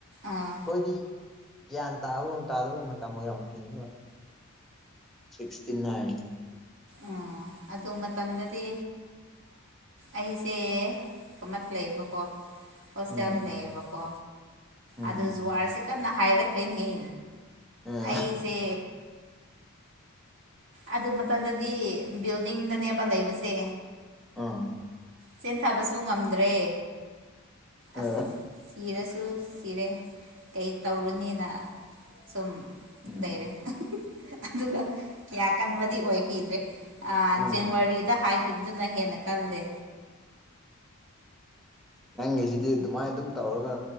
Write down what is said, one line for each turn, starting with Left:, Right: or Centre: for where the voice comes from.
Right: ꯑꯥ
Centre: ꯍꯈꯣꯏꯗꯤ ꯒ꯭ꯌꯥꯟ ꯇꯥꯕꯒ ꯇꯥꯗꯕꯒꯨꯝ ꯃꯇꯝ ꯑꯣꯏꯔꯝꯨꯈꯤꯅꯤꯡꯕ ꯁꯤꯛꯁꯇꯤꯟ ꯍꯥꯏ
Right: ꯑꯣ ꯑꯗꯨ ꯃꯇꯝꯗꯗꯤ ꯑꯩꯁꯦ ꯀꯃꯠꯇ ꯂꯩꯌꯦꯕꯀꯣ ꯍꯁ ꯆ
Centre: ꯎꯝ
Right: ꯑꯗꯨ ꯂꯩꯦꯕꯀꯣ
Centre: ꯎꯝ
Right: ꯑꯗꯣ ꯖꯨꯍꯔꯁꯦ ꯀꯟꯅ ꯍꯥꯏꯔꯛꯈ꯭ꯔꯦꯅꯦꯍ
Centre: ꯑꯥ
Right: ꯑꯩꯁꯦ ꯑꯗꯨ ꯃꯇꯝꯗꯗꯤ ꯕꯤꯜꯗꯤꯡꯗꯅꯦꯕ ꯂꯩꯕꯁꯦ
Centre: ꯑ
Right: ꯆꯦꯟꯊꯕꯁꯨ ꯉꯝꯗ꯭ꯔꯦ
Centre: ꯑ
Right: ꯑꯁ ꯁꯤꯔꯁꯨ ꯁꯤꯔꯦ ꯀꯩ ꯇꯧꯔꯨꯅꯤꯅ ꯁꯨꯝ
Centre: ꯎꯝ
Right: ꯂꯩꯔꯦ ꯑꯗꯨꯒ ꯀꯌꯥ ꯀꯟꯕꯗꯤ ꯑꯣꯏꯈꯤꯗ꯭ꯔꯦ ꯑ
Centre: ꯎꯝ
Right: ꯖꯅꯋꯥꯔꯤꯗ ꯍꯥꯏꯈꯤꯕꯗꯨꯅ ꯍꯦꯟꯅ ꯀꯜꯂꯦ
Centre: ꯅꯪꯒꯤꯁꯤꯗꯤ ꯑꯗꯨꯃꯥꯏꯅ ꯑꯗꯨꯝ ꯇꯧꯔꯒ